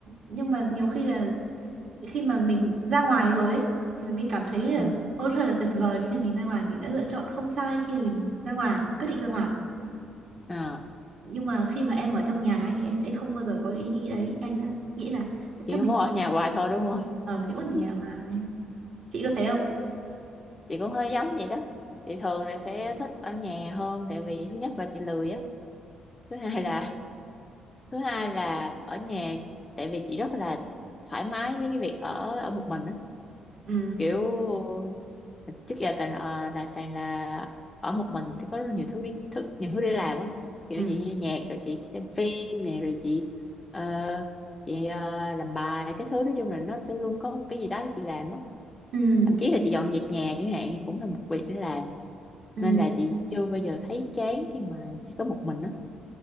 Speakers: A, on the right (about 65°); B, on the left (about 25°).
A: nhưng mà nhiều khi là khi mà mình ra ngoài rồi ấy, thì mình mới cảm thấy là
B: ừ.
A: ôi thật là tuyệt vời khi mình ra ngoài mình đã lựa chọn không sai khi mà mình ra ngoài quyết định ra ngoài
B: À,
A: nhưng mà khi mà em ở trong nhà ấy, thì em sẽ không bao giờ có ý nghĩ đấy em sẽ nghĩ là tại
B: chị
A: sao mình
B: không muốn ở nhà hoài thôi đúng không?
A: ở hữu ở nhà
B: <laughs>
A: hoài chị có thấy không
B: chị cũng hơi giống vậy đó chị thường là sẽ thích ở nhà hơn tại vì thứ nhất là chị lười á thứ hai là <laughs> thứ hai là ở nhà tại vì chị rất là thoải mái với cái việc ở ở một mình á
A: ừ
B: kiểu trước giờ toàn ờ, là toàn là ở một mình thì có rất nhiều thứ đi thứ, nhiều thứ để làm á kiểu
A: ừ
B: chị nghe nhạc rồi chị xem phim nè rồi chị ờ, chị ờ, làm bài cái thứ nói chung là nó sẽ luôn có một cái gì đó chị làm á
A: ừ
B: thậm chí là chị dọn dẹp nhà chẳng hạn cũng là một việc để làm
A: ừ
B: nên là chị chưa bao giờ thấy chán khi mà chỉ có một mình đó